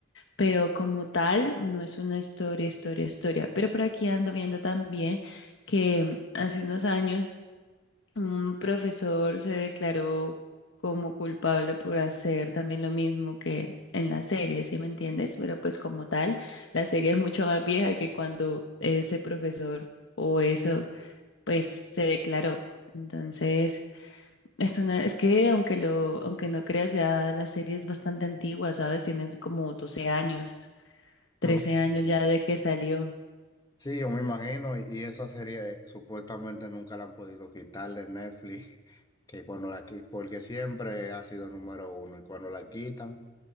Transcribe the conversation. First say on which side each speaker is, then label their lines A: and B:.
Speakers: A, on the left; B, on the left.
A: Pero como tal no es una historia, historia, historia. Pero por aquí ando viendo también que hace unos años un profesor se declaró como culpable por hacer también lo mismo que en la serie, ¿sí me entiendes? Pero pues como tal, la serie es mucho más vieja que cuando ese profesor o eso, pues se declaró. Entonces, es una, es que aunque lo, aunque no creas, ya la serie es bastante antigua, ¿sabes? Tiene como 12 años, trece
B: No,
A: años
B: Mm.
A: ya de que salió.
B: Sí, yo me imagino, y y esa serie eh, supuestamente nunca la han podido quitar de Netflix, <laughs> que cuando la qui- porque siempre ha sido número uno, y cuando la quitan,